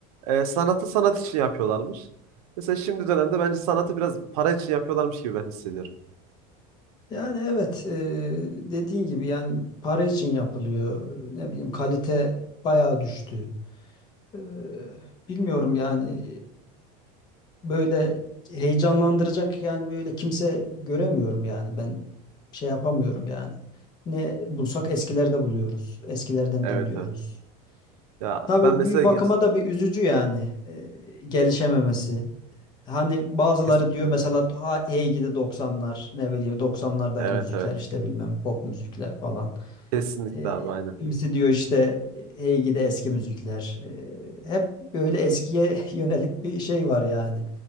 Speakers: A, on the right; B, on the left.
A: e, sanatı sanat için yapıyorlarmış. Mesela şimdi dönemde bence sanatı biraz para için yapıyorlarmış gibi ben hissediyorum.
B: Yani evet eee dediğin gibi yani para için yapılıyor. Ne bileyim kalite bayağı düştü. Eee, bilmiyorum yani böyle heyecanlandıracak yani böyle kimse göremiyorum yani ben şey yapamıyorum yani. Ne bulsak eskilerde buluyoruz. Eskilerden
A: Evet
B: dinliyoruz.
A: evet. Ya
B: Tabii
A: ben mesela
B: bir bakıma
A: geç,
B: da bir üzücü yani e, gelişememesi. Hani bazıları
A: kesinlikle.
B: diyor mesela ha, hey gidi 90'lar ne bileyim 90'lardaki
A: Evet
B: müzikler
A: evet.
B: işte bilmem pop müzikler falan.
A: Kesinlikle
B: E,
A: abi aynen.
B: kimisi diyor işte hey gidi eski müzikler. E, hep böyle eskiye <laughs> yönelik bir şey var yani.